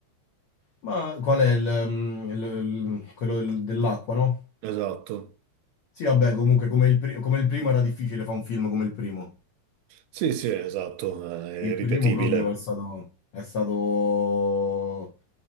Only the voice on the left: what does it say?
Ma qual è il, mm, il- il- quello del- dell'acqua, no?
Sì, vabbè, comunque come il, pri- come il primo era difficile fare un film come il primo.
Il
primo proprio è stato... È stato...